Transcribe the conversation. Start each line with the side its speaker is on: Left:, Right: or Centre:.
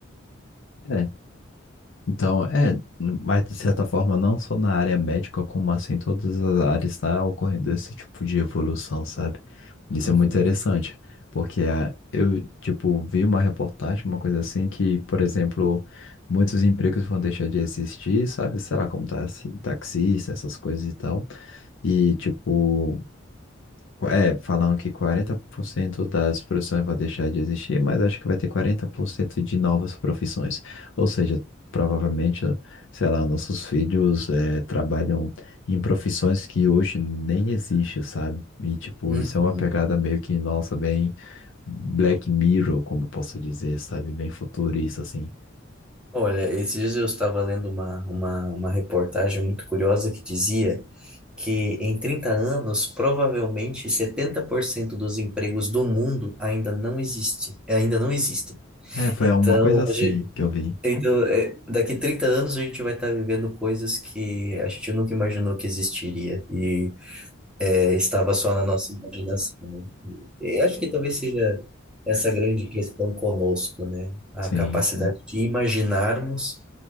Left: É, Então, é, mas de certa forma, não só na área médica, como assim, em todas as áreas está ocorrendo esse tipo de evolução, sabe? Isso
Centre: Uhum,
Left: é muito interessante, porque ah, eu, tipo, vi uma reportagem, uma coisa assim, que, por exemplo, muitos empregos vão deixar de existir, sabe? Será como tá, assim, taxista, essas coisas e tal. E, tipo. É, falam que 40% das profissões vão deixar de existir, mas acho que vai ter 40% de novas profissões. Ou seja, provavelmente, sei lá, nossos filhos é, trabalham em profissões que hoje nem existem, sabe? E, tipo,
Centre: uhum.
Left: isso é uma pegada meio que, nossa, bem Black Mirror, como eu posso dizer, sabe? Bem futurista, assim.
Centre: Olha, esses dias eu estava lendo uma, uma, uma reportagem muito curiosa que dizia que em 30 anos, provavelmente 70% dos empregos do mundo ainda não existe, ainda não existem.
Left: É, foi
Centre: Então,
Left: uma coisa assim
Centre: hoje,
Left: que eu vi.
Centre: então, é, daqui 30 anos a gente vai estar vivendo coisas que a gente nunca imaginou que existiria e é, estava só na nossa imaginação, né? E, e acho que talvez seja essa grande questão conosco, né? A
Left: Sim,
Centre: capacidade
Left: sim,
Centre: de imaginarmos,